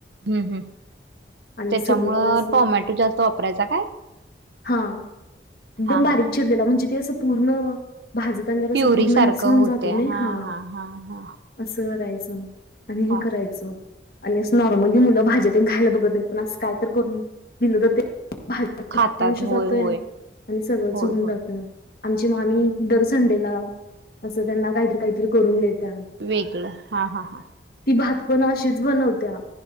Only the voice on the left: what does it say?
आणि
सगळं असं
हा एकदम
बारीक
चिरलेला म्हणजे ते असं पूर्ण भाजत आल्यावर असं
पूर्ण
मिक्स होऊन
जातोय ने हा.
असं करायचं आणि हे
करायचं आणि असं नॉर्मली मुलं भाज्यातेन खायला बघत नाहीत ना, पण काय तर करून दिलं तर ते भाडनाचा
विषय जातोय
आणि सगळंच
होऊन
जात आमची मामी दर संडेला असं त्यांना काहीतरी काहीतरी करून देतीया
ती भात पण अशीच बनवत्या